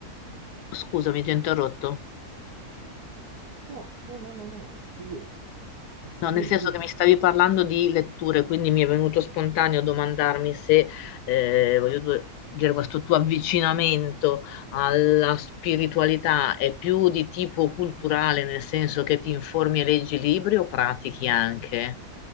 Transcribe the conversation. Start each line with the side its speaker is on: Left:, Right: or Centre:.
Left: Scusami, ti ho interrotto.
Right: No, no, no, no, no, figurati. Dif-
Left: No, nel
Right: Dimmi,
Left: senso
Right: dimmi.
Left: che mi stavi parlando di letture, quindi mi è venuto spontaneo domandarmi se, eh, voglio due- dire, questo tuo avvicinamento alla spiritualità è più di tipo culturale, nel senso che ti informi e leggi libri o pratichi anche?